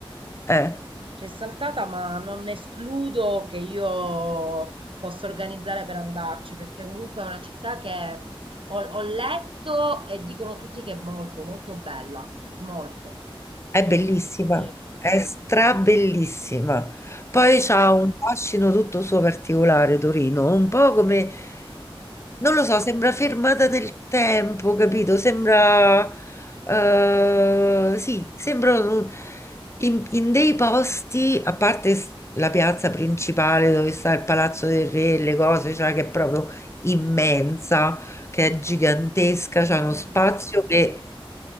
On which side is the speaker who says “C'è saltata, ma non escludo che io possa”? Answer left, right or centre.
Right